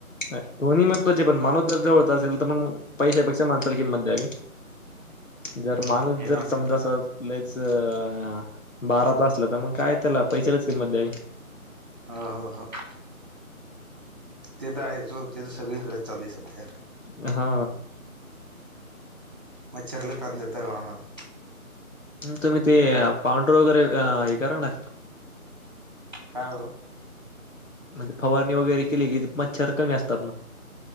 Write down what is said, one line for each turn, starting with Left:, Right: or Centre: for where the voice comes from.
Left: दोन्ही महत्वाचे पण माणूस दरजवळचा असेल तर पण पैशापेक्षा माणसाला किंमत द्यावी. जर
Right: हम्म
Left: माणूस
Right: हे
Left: जर
Right: मात्र
Left: समजा
Right: खरं आहे
Left: अस लय जर बाराच असलं तर मग काय? त्याला पैशालाच किंमत द्यावी.
Right: हो हो हो <inaudible> ते तर आहेच ओ ते तर सगळीकडेच चालू आहे. सध्या
Left: <inaudible> हा..
Right: मच्छरला कान देताय आम्हाला.
Left: तुम्ही ते पांढरू वगैरे हे करा ना,
Right: का ओ?
Left: म्हणजे फवारणी वगैरे केली की मच्छर कमी असतात ना.